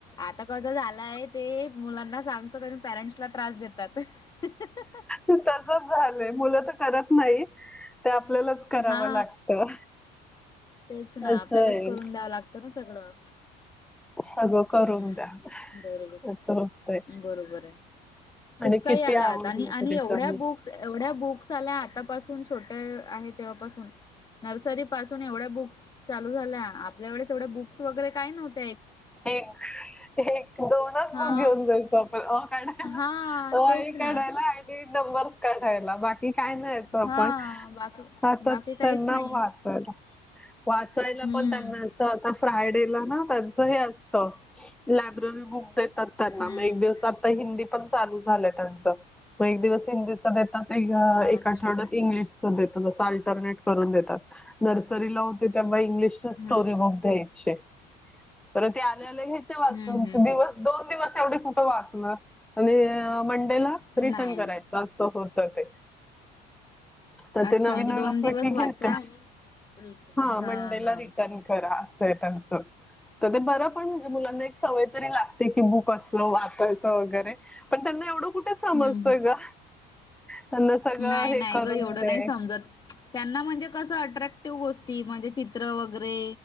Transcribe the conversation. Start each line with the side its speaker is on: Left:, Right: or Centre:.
Left: आता कस झालाय, ते मुलांना सांगतात. आणि पेरेंट्स ला त्रास देतात. <inaudible>
Centre: तसच झालय. मुलं तर करत नाही. ते आपल्यालाच करावं
Left: हा.
Centre: लागतं
Left: तेच ना.
Centre: असं
Left: आपल्यालाच
Centre: आहे
Left: करून द्यावं लागतं ना सगळं.
Centre: सगळं करून
Left: हम्म.
Centre: द्या
Left: बरोबर.
Centre: असं होतंय
Left: बरोबरय. खूप
Centre: आणि
Left: काही
Centre: किती
Left: आला
Centre: आवरलं
Left: आता. आणि
Centre: तरी
Left: एवढ्या
Centre: कमी
Left: बुक क्स. एवढ्या बुक्स आल्या. आतापसून छोट्या आहे तेव्हापासून. नर्सरी पासून एवढ्या बुक्स चालू झाल्या, आपल्याकडे तेवढं बुक्स वैगेरे काही नव्हतं.
Centre: एक, एक दोनच
Left: हा
Centre: बुक घेऊन जायचो आपण. वो काढा.
Left: हा
Centre: वो, आई
Left: तेच ना
Centre: काढायला आणि नंबर्स काढायला बाकी काय न्यायचं आपण
Left: हा बाकी
Centre: आता
Left: बाकी
Centre: त,
Left: काहीच
Centre: नववात
Left: नाही
Centre: वाचायला
Left: हम्म
Centre: पण त्यांना, अस आता फ्रायडेला ना. हे असत, लायब्ररी बुक देतात त्यांना
Left: हम्म
Centre: म एक दिवसात हिंदी पण चालू झालं त्यांच, मग एक दिवस हिंदीच देतात. ह्या एका
Left: अच्छा
Centre: आठवड्यात इंग्लिश देत, जसं शाळेत रनेट करून देतात, नर्सरीला होते तेव्हा इंग्लिशच्या स्टोरी
Left: हम्म
Centre: बुक द्यायचे. तर ते आल्या-आले घेते वाचून,
Left: हम्म हम्म
Centre: तो दिवस दोन दिवस एवढे कुठं वाचणार आणि मंडेला
Left: हम्म
Centre: रिटर्न
Left: नाही
Centre: करायचं. असं होत ते. तर ते
Left: अच्छा
Centre: नवीन-नवीन
Left: म्हणजे दोन
Centre: असलं
Left: दिवस
Centre: की
Left: वाचा
Centre: घेते,
Left: आणि रिटर्न
Centre: हा मंडेला
Left: हा
Centre: रिटर्न. खरा, सैतानच. तर ते बरं पण, म्हणजे मुलांना एक सवय तरी लागते की बुक असलं वाचायचं वगैरे. पण त्यांना एवढं कुठे
Left: हम्म
Centre: समजतंय
Left: हम्म
Centre: ग. त्यांना सगळं
Left: नाही,
Centre: हे
Left: नाही
Centre: करून
Left: ग एवढं
Centre: दे
Left: नाही समजत. त्यांना म्हणजे कसं अट्रॅक्टिव्ह गोष्टी म्हणजे चित्र वगैरे.